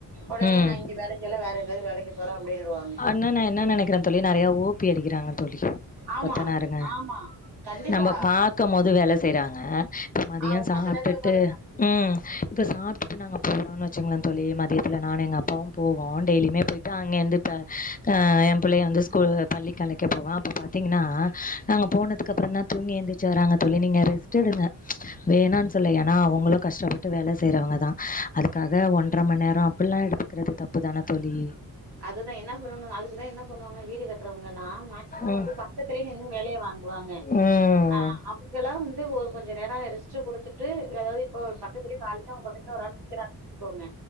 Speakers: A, on the right; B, on the left.
A: ஒடனே
B: ம்
A: நா இங்க வேலைக் இல்ல வேற எங்கயாது வேலைக்கு போற அப்டின்னுடுவாங்க
B: ஒன்னு நா என்ன நெனைக்குற தோழி நறைய ஓபி அடிக்கிறாங்க தோழி
A: ஆமா
B: கொத்தனாருங்க
A: ஆமா கண்டிப்பா
B: நம்ப பாக்கும் போது வேல செய்றாங்க இப்ப மதியோ
A: ஆ
B: சாப்ட்டுட்டு
A: மத்த நேரத்துல உக்காந்துருப்பாங்க
B: ம் இப்ப சாப்ட்டுட்டு நாங்க போறோனு வெச்சுகோங்ள தோழி மதியத்துல நானு எங்க அப்பாவு போவோ டெய்லியுமே போயிட் தாங்க எந்துப் இப்ப அ ஏ புள்ளய வந்து ஸ்கூல் பள்ளிக்கு அழைக்க போவே அப்போ பாத்தீங்கன்னா நாங்க போனதுக்கு அப்புறோந்தா தூங்கி எந்திர்ச்சு வராங்க தோழி நீங்க ரெஸ்ட் எடுங்க வேணான்னு சொல்ல ஏன்னா அவுங்களு கஷ்டப்பட்டு வேல செய்யறவங்கதா அதுக்காக ஒன்ற மண்நேரோ அப்டிலா எடுத்து குறது தப்பு தான தோழி
A: அதுதா என்ன சொல்லனோ அதுக்குதா என்ன பண்ணுவாங்க வீடு கட்றவுங்கலா மேக்ஸிமம்
B: ம்
A: வந்து பக்கத்துலயே நின்னு வேலய வாங்குவாங்க
B: ம்
A: அ அப் டிலா வந்து ஒரு கொஞ்ச நேரோ ரெஸ்ட்டு குடுத்துட்டு ஏதாவது இப்போ ஒரு பக்கத்துல கால்ல இர்ந்தே அவுங்க பக்கத்துல ஒரு ஆள் நிக்குறாங்க வெச்சுக்கோங்க